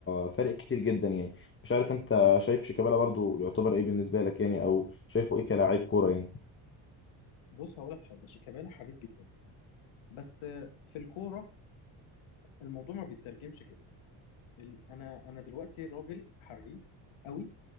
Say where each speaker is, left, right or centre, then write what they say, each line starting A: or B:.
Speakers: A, on the left; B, on the left.
A: فارق كتير جدا يعني مش عارف انت شايف شيكابالا برضو يعتبر ايه بالنسبه لك يعني او شايفه ايه كلاعب كوره يعني
B: بص هقول لك حاجه شيكابالا حريف جدا بس في الكوره الموضوع ما بيترجمش كده ال- انا انا دلوقتي راجل حريف قوي